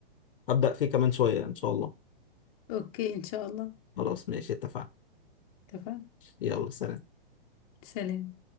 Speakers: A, on the left; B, on the left.
A: هبدا فيه كمان شويه ان شاء الله
B: اوكي ان شاء الله
A: خلاص ماشي اتفقنا
B: اتفقنا
A: يلا سلام
B: سلام